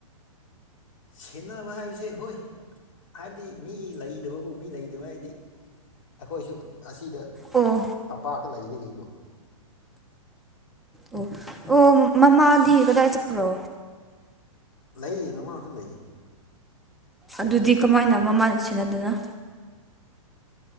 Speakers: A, on the left (about 65°); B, in the centre.
A: ꯁꯦꯟꯅꯕ ꯍꯥꯏꯕꯁꯦ ꯍꯣꯏ ꯍꯥꯏꯕꯗꯤ ꯃꯤ ꯂꯩꯇꯕꯀꯣ ꯃꯤ ꯂꯩꯗꯕ ꯍꯥꯏꯕꯗꯤ ꯑꯩꯈꯣꯏꯁꯨ ꯑꯁꯤꯗ
B: ꯑꯣ
A: ꯇꯝꯄꯥꯛꯇ ꯂꯩꯕꯒꯀꯣ
B: ꯑꯣ ꯑꯣ ꯃꯃꯥꯗꯤ ꯀꯗꯥꯏ ꯆꯠꯄ꯭ꯔꯣ
A: ꯂꯩ ꯃꯃꯥꯡꯗ ꯂꯩ ꯍꯥꯏꯕꯗꯤ
B: ꯑꯗꯨꯗꯤ ꯀꯃꯥꯏꯅ ꯃꯃꯥꯅ ꯁꯤꯟꯅꯗꯅꯣ